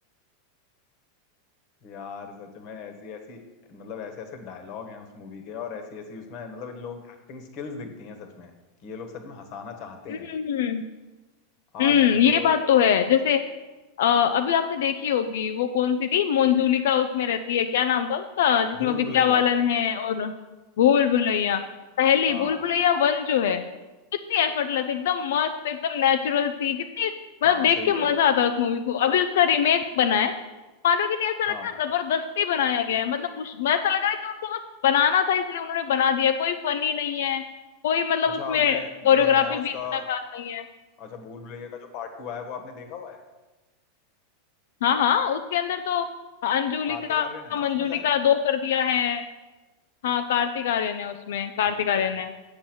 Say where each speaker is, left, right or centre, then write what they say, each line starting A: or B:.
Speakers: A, on the left; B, on the left.
A: यार सच में ऐसी ऐसी मतलब ऐसे ऐसे डायलॉग हैं उस मूवी के और ऐसी ऐसी उसमें मतलब इन लोग एक्टिंग स्किल्स दिखती हैं सच में कि ये लोग सच में हंसाना चाहते
B: हम्म
A: हैं
B: हम्म हम्म हम्म,
A: आजकल
B: ये
A: तो
B: बात तो है जैसे अ, अभी आपने देखी होगी वो कौन सी थी मंजुलिका उसमें रहती है क्या नाम था उसका जिसमें
A: भूल
B: विद्या
A: भुलैया
B: बालन
A: भूल
B: है
A: भुलैया
B: और भूल भुलैया पहली
A: हाँ
B: भूल भुलैया वन जो है कितनी एफर्टलेस एकदम मस्त एकदम नेचुरल थी कितनी मतलब
A: हाँ
B: देख
A: सही
B: के
A: कह
B: मजा
A: रहे
B: आता है उस मूवी को अभी उसका रीमेक बना है मानोगे नहीं ऐसा
A: हो
B: लगता
A: हाँ
B: है जबरदस्ती बनाया गया है मतलब मुश- मैं ऐसा लग रहा है कि उनको बस बनाना था इसलिए उन्होंने बना दिया कोई फनी नहीं है कोई मतलब
A: अच्छा
B: उसमें
A: आपने
B: कोरियोग्राफी
A: जो नया उसका
B: भी इतना खास नहीं है
A: अच्छा भूल भुलैया का जो पार्ट टू आया वो आपने देखा हुआ है
B: हाँ हाँ उसके अंदर तो अंजुलिका
A: कार्तिक आर्यन है ना
B: मंजुलिका
A: उसमें शायद
B: दो कर दिया है हाँ कार्तिक आर्यन है उसमें कार्तिक
A: हम्म
B: आर्यन है